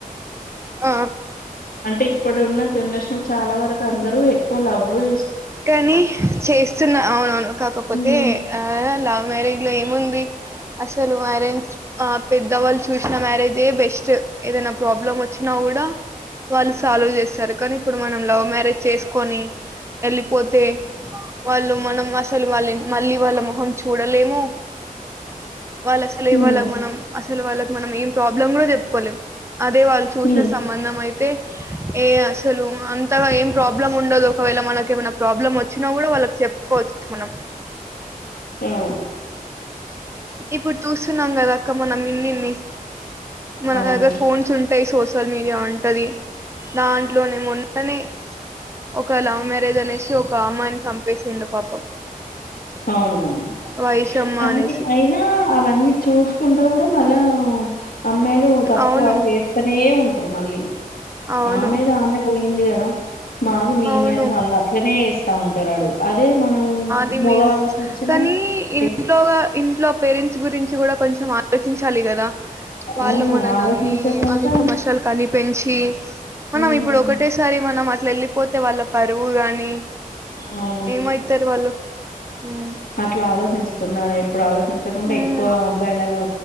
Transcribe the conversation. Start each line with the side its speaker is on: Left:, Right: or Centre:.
Right: ఆ
Left: అంటే ఇప్పుడున్న జనరేషన్ లో చాలా వరకు అందరూ ఎక్కువ లవ్ ఏ
Right: కానీ చేస్తున్నా అవునవును కాకపోతే
Left: ఉమ్
Right: ఆ లవ్ మ్యారేజ్ లో ఏముంది అసలు మ్యారేజ్ ఆ పెద్దవాళ్ళు చూసిన మ్యారేజే ఏ బెస్ట్ ఏదైనా ప్రాబ్లం వచ్చినా కూడా వాళ్ళు సాల్వ్ చేస్తారు కానీ ఇప్పుడు మనం లవ్ మ్యారేజ్ చేసుకొని వెళ్ళిపోతే వాళ్ళు మనం అసలు వాళ్ళ మళ్ళీ వాళ్ళ మొహం చూడలేము వాళ్ళసలు ఇ వాళ్ళ
Left: ఉమ్.
Right: మనం అస్ సల్ వాళ్ళకి మనం ఏం ప్రాబ్లమ్ కూడా చెప్పుకోలేం అదే వాళ్ళు చూసిన
Left: హ్మ్.
Right: సంబంధం అయితే ఏ అసలు అంతగా ఏం ప్రాబ్లం ఉండదు ఒకవేళ మనక్ ఏమన్న ప్రాబ్లమ్ వచ్చినా కూడా వాళ్ళకి చెప్పుకోవచ్చు మనం
Left: ఆ
Right: ఇప్పుడు చూస్తున్నాం కదా అక్క మనం ఇన్నిన్ని మన
Left: అవును.
Right: దగ్గర ఫోన్స్ ఉంటాయ్ సోస్ సోషల్ మీడియా ఉంటది దాంట్లోనే మొన్ననే ఒక లవ్ మ్యారేజ్ అనేసి ఒక్ పామాని సంపేసిండు పాపం
Left: అవునవును
Right: వైషమ్మ
Left: అన్న
Right: అనేసి
Left: అయినా అవన్నీ చూసుకుం టా కూడా మళ్ళా అమ్మాయిలు తప్పు
Right: అవును
Left: అడుగేస్తనే ఉంటారు మళ్ళీ
Right: అవును
Left: ఆమెదమె పోయింది కదా మాది మేమే
Right: అవును
Left: అని వాళ్ళు అట్నేస్ స్తవున్ ఉంటరాడు అదే మనం
Right: ది
Left: మగవాళ్ళకిచ్చినా
Right: మీమ్ కానీ ఇంట్లో
Left: ఎక్కువ
Right: ఇంట్లో పె పెరెంట్స్కుగురించ్ కూడ కొంచెం ఆలోచించాలి కదా వాళ్ళు
Left: అవును.
Right: మనని
Left: ఆలోచించకుండా
Right: అన్ని అన్ని సమస్యలు కని పెంచి మనం
Left: హ్మ్.
Right: ఇప్పుడు ఒకటేసారి మనం ట్ల వెళ్ళిపోతే వాళ్ళ పరువు గాని
Left: అవును.
Right: ఏమయితరు వాళ్ళు ఉమ్
Left: అట్లా ఆలోచిస్తున్నారా ఇప్పుడు ఆలోచ చంచకుండా
Right: ఉమ్
Left: ఎక్కువ అబ్బాయిలను